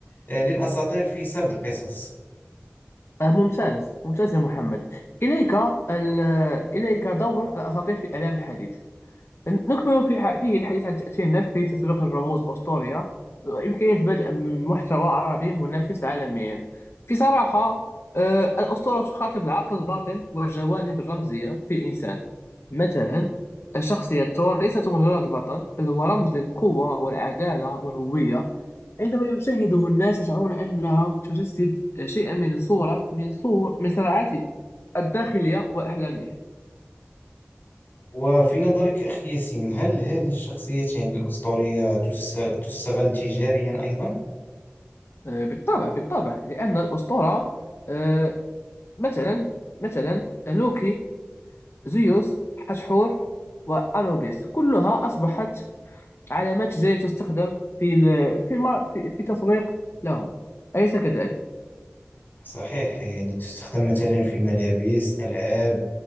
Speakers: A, on the left; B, on the left.
A: آه، للأساطير في سرد القصص
B: آه، ممتاز ممتاز يا محمد إليك ال- إليك دور الأساطير في الإعلام الحديث نكمل في ح- فيه الحديث عن تأثير نفسي تسويق الرموز أسطوريا وإمكانية بدء م- محتوى عربي منافس عالميا في صراحة آه، الأسطورة تخاطب العقل الباطن والجوانب الرمزية في الإنسان مثلا الشخصية تور ليست مجرد بطل بل هو رمز للقوة والعدالة والهوية عندما يشاهده الناس يشعرون أنها تجسد شيئا من صورة من صور من صراعات الداخلية وأحلامهم
A: وفي نظرك أخي ياسين هل هذه الشخصيتين الأسطورية تس- تستغل تجاريا أيضا؟
B: آه، بالطبع بالطبع لأن الأسطورة آه، مثلا مثلا لوكي زيوس حتحور وأنوبيس كلها أصبحت علامات تجارية تستخدم في ال- في الم- في في تسويق لهم أليس كذلك؟
A: صحيح يعني تستخدم مثلا في ملابس ألعاب